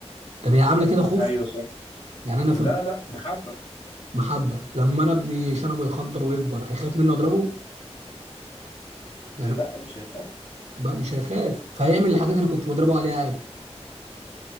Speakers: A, on the right; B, on the left.
A: طب هي عامله كده خوف
B: ايوه صح
A: يعني انا
B: لا
A: في
B: لا محبة
A: المحبه لما انا ابني شنبه يخضر ويكبر هيخاف مني اضربه يعني
B: لا مش هيخاف
A: بقى مش هيخاف فهيعمل الحاجات اللي كنت بضربه عليها عادي